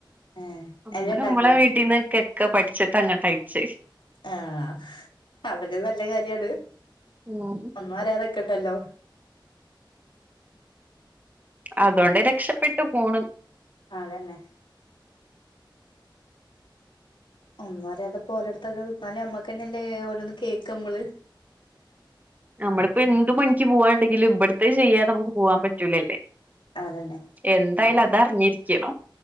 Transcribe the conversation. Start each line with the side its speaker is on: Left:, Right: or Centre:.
Left: ഏഹ്
Right: നമ്മള്
Left: എല്ലാം ഉണ്ടാക്കുവോ
Right: നമ്മളെ വീട്ടിൽന്ന്ക്കക്കെ പഠിച്ചിട്ട് അങ്ങട്ടയിച്ചേ
Left: ആഹ് അതൊരു നല്ല കാര്യാണ് ത്
Right: ഉം
Left: ഒന്നും അറിയതൊക്കെണ്ടല്ലോ
Right: അതുകൊണ്ട് രക്ഷപ്പെട്ടു പോണ്
Left: ആതന്നെ ഒന്നാലേ അതപ്പോ ഓലടത്തൊക്കെ നിന്നാലേ നമ്മക്ക്ന്നെല്ലേ ഓരോന്ന് കേൾക്ക നമ്മള്
Right: നമ്മളിപ്പോ എന്ത് പണിക്ക് പോവാണ്ടെങ്കിലും ഇവിടത്തെ ചെയ്യാതെ നമുക്ക് പോകവാൻ പറ്റൂലല്ലേ
Left: അതന്നെ
Right: എന്തായാലും
Left: അതന്നെ
Right: അത് അറിഞ്ഞിരിക്കണം